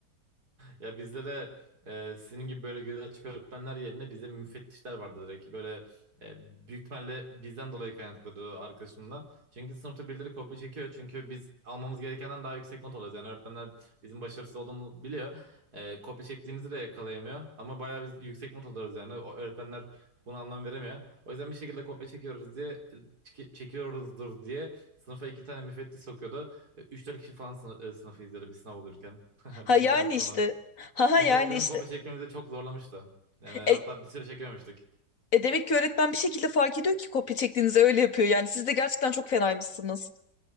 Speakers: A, on the right; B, on the left.
A: Ya bizde de e, sizin gibi böyle göz açık öğretmenler yerine bizde müfettişler vardı direkt. Böyle e, büyük ihtimalle bizden dolayı kaynaklıdır arkadaşımla. Çünkü sınıfta birileri kopya çekiyor. Çünkü biz almamız gerekenden daha yüksek not alıyoruz. Yani öğretmenler bizim başarısız olduğumuzu biliyor. E, kopya çektiğimizi de yakalayamıyor. Ama bayağı biz yüksek not alıyoruz yani. O öğretmenler buna anlam veremiyor. O yüzden bir şekilde kopya çekiyoruz diye çeki- çekiyoruzdur diye sınıfa iki tane müfettiş sokuyordu. E, üç dört kişi falan sınıf, sınıfı izliyordu bir sınav olurken. <laughs>
B: Ha
A: Bizden
B: yani
A: sonra.
B: işte. Ha ha
A: Mesela
B: yani
A: o bizim
B: işte.
A: kopya çekmemizi çok zorlamıştı. Yani hatta
B: E,
A: bir süre çekememiştik.
B: e demek ki öğretmen bir şekilde fark ediyor ki kopya çektiğinizi öyle yapıyor yani. Siz de gerçekten çok fenaymışsınız.